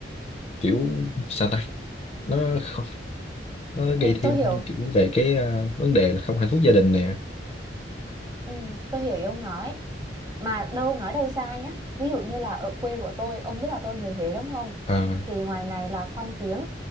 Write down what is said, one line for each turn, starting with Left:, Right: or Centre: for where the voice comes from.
Left: kiểu sao ta nó không nó gây
Right: ừ,
Left: thêm
Right: tôi hiểu
Left: kiểu về cái ờ, vấn đề là không hạnh phúc gia đình nè
Right: Ừ, tôi hiểu ý ông nói mà đâu ông nói đâu xa nhá ví dụ như là ở quê của tôi ông biết là tôi người Huế đúng không
Left: Ờ,
Right: thì ngoài này là phong kiến